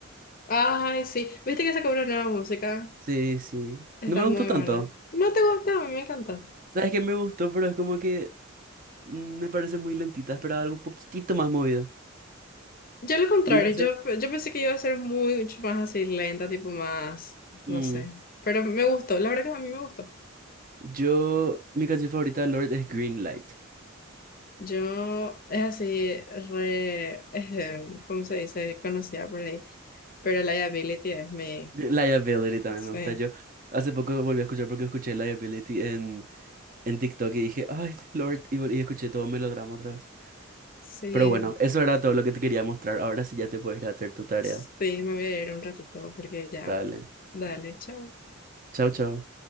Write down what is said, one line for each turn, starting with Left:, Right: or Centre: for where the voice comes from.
Left: Ay, sí. ¿Viste que sacó una nueva música?
Right: Sí, sí.
Left: Está
Right: No me
Left: muy
Right: gustó tanto.
Left: buena. ¿No te gusta? A mí me encanta.
Right: ¿Sabes qué me gustó? Pero es como que mm, me parece muy lentita. Esperaba algo un poquitito más movido.
Left: Yo lo contrario,
Right: Mi canción.
Left: yo, yo pensé que iba a ser mucho más así lenta, tipo más,
Right: mm,
Left: no sé, pero me gustó, la verdad que a mí me gustó.
Right: yo, mi canción favorita de Lord es Green Light.
Left: Yo es así, re, eh, ¿cómo se dice? Conocida por ahí, pero liability es mi,
Right: <laughs> Liability también
Left: sí,
Right: me gusta. Yo hace poco volví a escuchar porque escuché Liability en, en TikTok y dije, ay, Lord, y, vol- y escuché todo melodrama otra vez.
Left: sí,
Right: Pero bueno, eso era todo lo que te quería mostrar. Ahora sí ya te puedes ir a hacer tu tarea.
Left: sí, me voy a ir un ratito porque ya,
Right: Dale.
Left: dale, chao.
Right: Chao, chao.